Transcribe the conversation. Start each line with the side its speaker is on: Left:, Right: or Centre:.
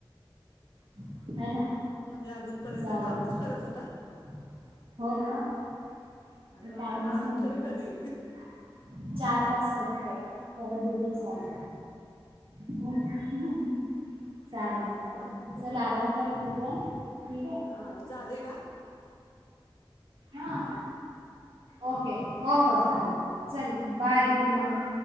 Right: <inaudible> ह ना
Left: म्हणजे अजूनपर्यंत
Right: चालेल
Left: कामच
Right: चालेल.
Left: करत होता. <inaudible>
Right: <inaudible> हो ग, <inaudible>
Left: अरे
Right: टाईमच
Left: बापरे आराम
Right: नाही भेटत
Left: तरी कधी
Right: <inaudible> चार तास फक्त परत भेटू
Left: बापरे
Right: चाल <inaudible> <unintelligible> चालन चालन
Left: अवघड आहे.
Right: चल आराम कर तू- पण
Left: <unintelligible>
Right: ठीक आहे
Left: झाले का
Right: हा
Left: आ <inaudible>
Right: ओके, हो हो झालं <inaudible> चल, बाय गुड नाईट.